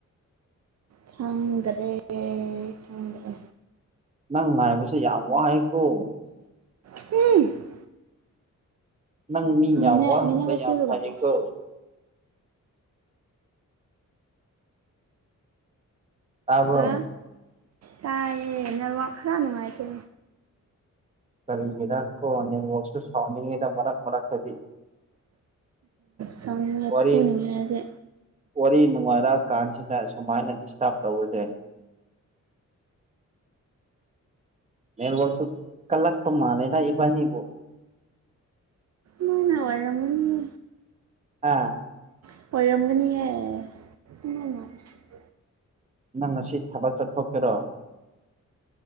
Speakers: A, on the right; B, on the right.
A: ꯈꯪꯗ꯭ꯔꯦ ꯈꯪꯗ꯭ꯔꯦ
B: ꯅꯪ ꯉꯥꯏꯕꯁꯨ ꯌꯥꯝ ꯋꯥꯏꯀꯣ
A: <inaudible>
B: ꯅꯪ ꯃꯤ ꯌꯥꯝ
A: ꯃꯤꯅ
B: ꯋꯥꯍꯟꯕ
A: ꯃꯤꯅ ꯀꯩ
B: ꯌꯥꯝ
A: ꯀ꯭ꯌꯨ
B: ꯍꯥꯏꯔꯦꯀꯣ
A: ꯂꯥꯛꯑꯣ
B: ꯇꯥꯕꯔꯣ
A: ꯍꯥ ꯇꯥꯏꯌꯦ ꯅꯦꯠꯋꯥꯛ ꯈꯔ ꯅꯨꯡꯉꯥꯏꯇꯦ
B: ꯀꯔꯤꯒꯤꯔꯀꯣ ꯅꯦꯠꯋꯥꯛꯁꯨ ꯁꯥꯎꯅꯤꯡꯢꯗ ꯃꯔ ꯃꯔꯛ ꯗꯗꯤ
A: ꯁꯥꯎꯅꯤꯡꯉꯦ
B: ꯋꯥꯔꯤ
A: ꯐꯨꯅꯤꯡꯉꯦ ꯑꯩꯗꯤ
B: ꯋꯥꯔꯤ ꯅꯨꯡꯉꯥꯏꯔ ꯀꯥꯟꯁꯤꯗ ꯁꯨꯃꯥꯏꯅ ꯗꯤꯁꯇꯥꯔꯕ ꯇꯧꯕꯁꯦ ꯅꯦꯠꯋꯥꯛꯁꯨ ꯀꯜꯂꯛꯄ ꯃꯥꯜꯂꯦꯗ ꯏꯕꯥꯅꯤꯕꯨ
A: ꯅꯣꯏꯅ ꯑꯣꯏꯔꯝꯒꯅꯤ
B: ꯍꯥ
A: ꯑꯣꯏꯔꯝꯒꯅꯤꯍꯦ ꯎꯝ <inaudible>
B: ꯅꯪ ꯉꯁꯤ ꯊꯕꯛ ꯆꯠꯊꯣꯛꯀꯦꯔꯣ